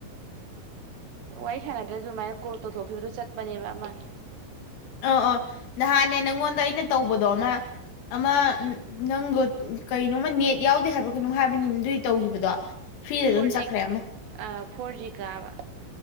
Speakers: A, on the right; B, on the left.
A: ꯋꯥꯔꯤ ꯁꯥꯟꯅꯗ꯭ꯔꯁꯨ ꯑꯗꯨꯃꯥꯏꯅ ꯀꯣꯜ ꯇꯧꯊꯣꯛꯈꯤꯕꯗꯨ ꯆꯠꯄꯅꯦꯕ ꯑꯃ
B: ꯑ ꯑ ꯅꯍꯥꯟꯅꯦ ꯅꯪꯉꯣꯟꯗ ꯑꯩꯅ ꯇꯧꯕꯗꯣ ꯑꯃ ꯑꯃ ꯅꯪꯗꯣ ꯀꯩꯅꯣꯃ ꯅꯦꯠ ꯌꯥꯎꯗꯦ ꯍꯥꯏꯕ꯭ꯔꯥ ꯀꯩꯅꯣ ꯍꯥꯏꯕꯅꯤꯅ ꯑꯗꯨꯏ ꯇꯧꯈꯤꯕꯗꯣ ꯐ꯭ꯔꯤꯗ
A: ꯐꯣꯔꯖꯤ
B: ꯑꯗꯨꯝ ꯆꯠꯈ꯭ꯔꯦ ꯑꯃ
A: ꯑ ꯐꯣꯔꯖꯤ ꯀꯥꯕ